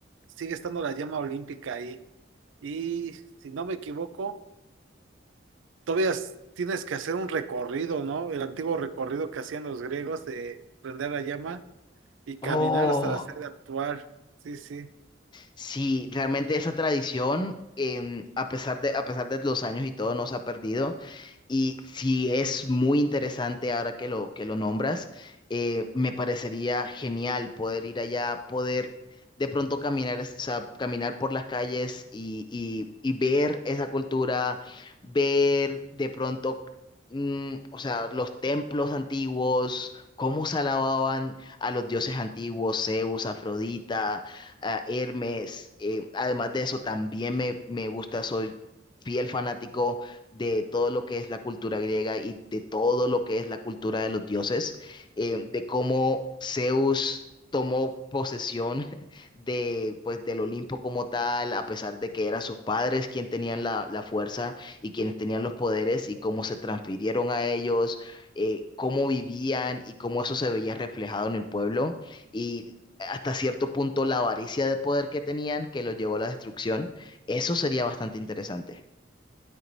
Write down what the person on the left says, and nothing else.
Oh.
Sí, realmente esa tradición, em, a pesar de, a pesar de los años y todo, no se ha perdido. Y sí es muy interesante ahora que lo, que lo nombras. eh, me parecería genial poder ir allá, poder de pronto caminar, es- o sea, caminar por las calles y, y- y ver esa cultura, ver de pronto, mm, o sea, los templos antiguos, cómo se alababan a los dioses antiguos, Zeus, Afrodita a Hermes. eh, además de eso, también me, me gusta, soy fiel fanático de todo lo que es la cultura griega y de todo lo que es la cultura de los dioses, eh, de cómo Zeus tomó posesión <laughs> de, pues, del Olimpo como tal, a pesar de que eran sus padres quienes tenían la, la fuerza y quienes tenían los poderes y cómo se transfirieron a ellos, eh, cómo vivían y cómo eso se veía reflejado en el pueblo. Y hasta cierto punto la avaricia de poder que tenían que lo llevó a la destrucción. Eso sería bastante interesante.